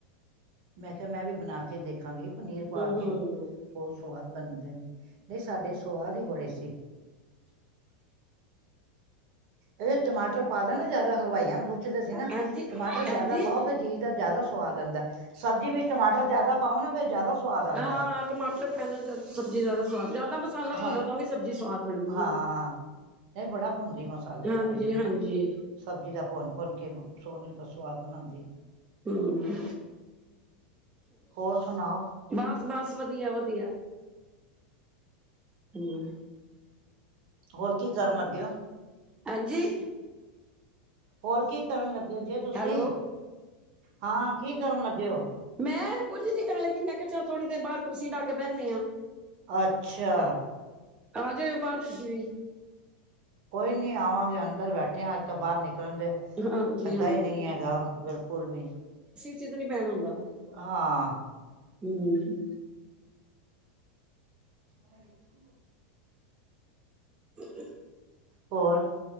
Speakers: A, on the right (about 55°); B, on the right (about 20°).
A: ਮੈਂ ਕਿਹਾ, ਮੈਂ ਵੀ ਬਣਾਕੇ ਦੇਖਾਂਗੀ ਪਨੀਰ ਪਾਕੇ।
B: ਹਮ
A: ਬਹੁਤ ਸਵਾਦ ਬਣਦੇ ਨੇ। ਨਹੀਂ, ਸਾਡੇ ਸਵਾਦ ਹੀ ਬੜੇ ਸੀ। ਇਹ ਟਮਾਟਰ ਪਾ ਦੇਣਾ ਜ਼ਿਆਦਾ, ਹਲਵਾਈਆਂ ਨੂੰ ਪੁੱਛਦੇ ਸੀ ਨਾ।
B: ਹਾਂਜੀ
A: ਟਮਾਟਰ ਜਿਆਦਾ
B: ਹਾਂਜੀ
A: ਪਾਓ ਫ ਚੀਜ਼ ਦਾ ਜ਼ਿਆਦਾ ਸਵਾਦ ਆਂਦਾ। ਸਬਜ਼ੀ ਵਿੱਚ ਟਮਾਟਰ ਜਿਆਦਾ ਪਾਓ ਨਾ, ਫਿ ਜ਼ਿਆਦਾ ਸਵਾਦ ਆਉਂਦਾ
B: ਆਂ, ਟਮਾਟਰ ਪੈਣ ਨਾਲ ਸਬਜ਼ੀ ਜ਼ਿਆਦਾ ਸਵਾਦ, ਜਿਆਦਾ ਮਸਾਲਾ ਭੁੰਨੋ,
A: ਹਾਂ
B: ਤਾਂ ਵੀ ਸਬਜ਼ੀ ਸਵਾਦ ਬਣਦੀ
A: ਹਾਂ
B: ਏ।
A: ਨਹੀਂ ਬੜਾ ਭੁੰਨਦੀ ਮਸ ਮਸਾਲਾ
B: ਹਾਂਜੀ
A: ਸਾਡੇ ਨੂੰਹ
B: ਹਾਂਜੀ
A: ਨਾ, ਸਬਜ਼ੀ ਦਾ ਭੁੰਨ-ਭੁੰਨ ਕੇ ਸੋਨੇ ਤੋਂ ਸੁਵਾਦ ਬਣਾਂਦੀ।
B: ਹੂੰ।
A: ਹੋਰ, ਸੁਣਾਓ?
B: ਬਸ-ਬਸ। ਵਧੀਆ-ਵਧੀਆ। ਹੂੰ।
A: ਹੋਰ, ਕੀ ਕਰਨ ਲੱਗੇ ਹੋ?
B: ਹੈਂਜੀ!
A: ਹੋਰ ਕੀ ਕਰਨ ਲੱਗੇ ਹੋ, ਜੇ ਤੁਸੀਂ?
B: ਹੈਲੋ
A: ਹਾਂ, ਕੀ ਕਰਨ ਲੱਗੇ ਹੋ?
B: ''ਮੈਂ ਕੁੱਝ ਨੀ ਕਰਨ ਲੱਗੀ, ਮੈਂ ਕਿਹਾ ਚੱਲ, ਥੋੜ੍ਹੀ ਦੇਰ ਬਾਹਰ ਕੁਰਸੀ ਡਾਕੇ ਬਹਿਨੇ ਆਂ।
A: ਅੱਛਾ!
B: ਆਜੇ, ਓ ਬਾਹਰ ਤੁਸੀਂ ਵੀ।
A: ਕੋਈ ਨਹੀਂ ਆਵਾਂਗੇ, ਅੰਦਰ ਬੈਠ ਇਕਠਿਆਂ ਅੱਜ ਤਾਂ ਬਾਹਰ ਨਿਕਲਣ ਦੇ
B: ਹਾਂਜੀ
A: ਪੈਂਦਾ
B: ਹਾਂਜੀ
A: ਹੀ ਨਹੀਂ ਹੈਗਾ, ਬਿਲਕੁਲ ਵੀ।
B: ਈ'ਚ ਨਹੀਂ ਪੈਣ ਹੁੰਦਾ।
A: ਹਾਂ।
B: ਹੂੰ।
A: <inaudible>
B: ਹ <inaudible>
A: ਹੋਰ,